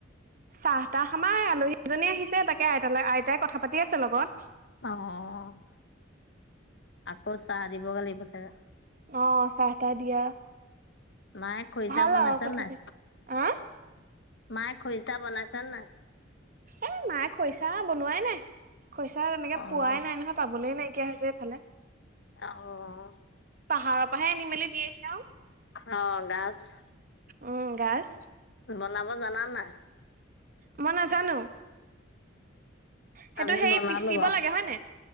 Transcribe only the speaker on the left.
অ', আকৌ চাহ দিবগে লাগিব চাগে।
মায়ে খৰিচা
বনাইছে
নে নাই,
মায়ে খৰিচা বনাইছে নাই?
অ'।
অঁ।
অ' গাছ-
বনাব জানা নাই।
আমি
বনালোঁ
বাৰু